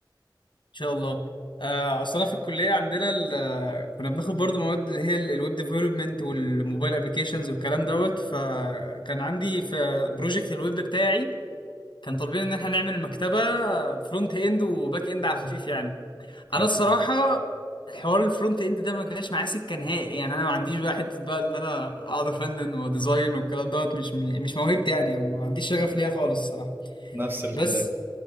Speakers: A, on the left; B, on the right.
A: شاء الله آه، اصل انا في الكليه عندنا ال- كنا بناخد برضو مواد اللي هي الويب ديفلوبمنت والموبايل ابلكيشنز والكلام دوت فكان عندي في بروجكت الويب بتاعي كان طالبين ان احنا نعمل مكتبه فرونت اند وباك اند على الخفيف يعني
B: حلو
A: انا الصراحه حوار الفرونت اند ده ما جاش معايا سكه نهائي يعني انا ما عنديش بقى حته بقى ان انا اقعد افنن وديزاين والكلام دوت مش مش موهبتي يعني او ما عنديش شغف ليها خالص الصراحه
B: نفس الكلية
A: بس